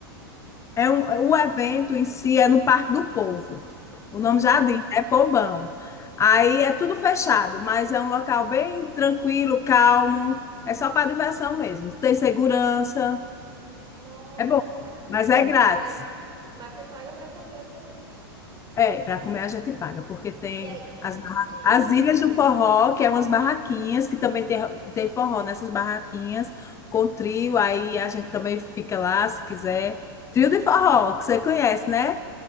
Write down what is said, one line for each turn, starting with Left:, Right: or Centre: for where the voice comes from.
Left: É um, o evento em si é no Parque do Povo. O
Right: Ah,
Left: nome já diz, é povão. Aí é tudo fechado, mas é um local bem tranquilo, calmo. É só para diversão mesmo. Tem segurança,
Right: nossa.
Left: é bom, mas é grátis.
Right: Ai, mas você paga pra comer, obviamente.
Left: É, para comer a gente paga, porque tem
Right: E aí, que,
Left: as,
Right: que
Left: barra-
Right: tipo de.
Left: as Ilhas do Forró, que é umas barraquinhas, que também tem, tem forró nessas barraquinhas, com trio, aí a gente também fica lá, se quiser. Trio de forró, que você conhece, né?